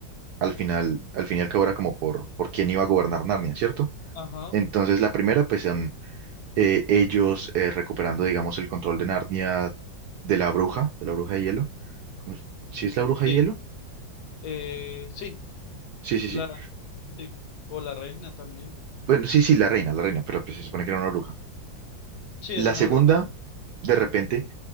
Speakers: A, on the right; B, on the left.
A: al final, al fin y al cabo era como por, por quién iba a gobernar Narnia, ¿cierto?
B: Ajá,
A: Entonces la primera, pues son eh, ellos eh, recuperando, digamos, el control de Narnia de la bruja, de la bruja de hielo. ¿Cómo es? ¿Sí es la bruja
B: sí.
A: de hielo?
B: Eh, sí,
A: Sí, sí,
B: la,
A: sí.
B: sí. O la reina también.
A: Bueno, sí, sí, la reina, la reina, pero pues, se supone que era una bruja.
B: Sí,
A: La
B: es una
A: segunda,
B: bruja.
A: de repente